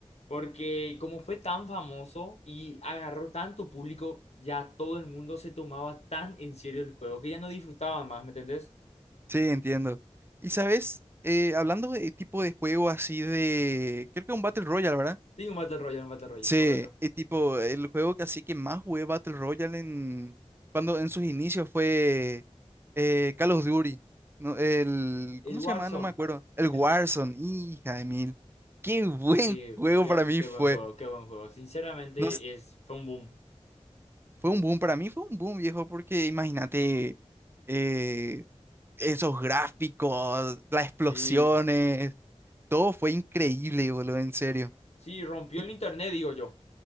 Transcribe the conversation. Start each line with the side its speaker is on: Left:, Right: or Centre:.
Left: porque como fue tan famoso y agarró tanto público, ya todo el mundo se tomaba tan en serio el juego que ya no disfrutaba más, ¿me entendés?
Right: sí, entiendo. Y sabes, Eh, hablando de tipo de juego así de, creo que un Battle Royale, ¿verdad?
Left: Sí, un Battle Royale, un Battle Royale,
Right: Sí,
Left: correcto.
Right: y tipo, el juego que así que más jugué Battle Royale en, cuando en sus inicios fue eh, Call of Duty. No, el,
Left: El
Right: ¿cómo
Left: Warzone,
Right: se llamaba? No me acuerdo. El Warzone,
Left: el...
Right: hija de mil. Qué <laughs> buen
Left: Qué,
Right: juego
Left: qué,
Right: para mí
Left: qué
Right: fue.
Left: buen juego, qué buen juego. Sinceramente,
Right: No, s-
Left: es, fue un boom.
Right: fue un boom, para mí fue un boom, viejo, porque imagínate eh, esos gráficos, las explosiones,
Left: Sí,
Right: todo fue increíble, boludo, en serio.
Left: sí, rompió
Right: Y
Left: el internet, digo yo.